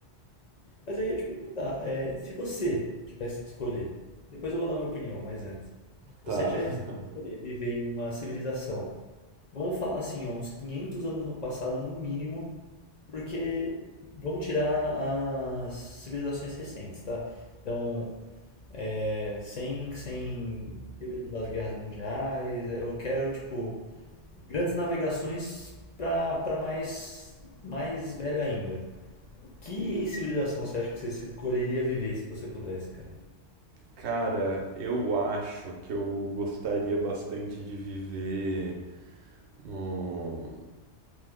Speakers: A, on the left; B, on the right.
A: Mas aí eu ia te perguntar, é, se você tivesse que escolher, depois eu vou dar minha opinião, mas antes, se
B: Tá.
A: você tivesse
B: <laughs>
A: que escolher viver em uma civilização, vamos falar assim, ó, uns 500 anos no passado, no mínimo, Porque vamos tirar as civilizações recentes, tá? Então, é, sem, sem período das guerras mundiais, eu quero, tipo, grandes navegações para para mais, mais velho ainda. Que civilização você acha que você escolheria viver se você pudesse, cara?
B: Cara, eu acho que eu gostaria bastante de viver no.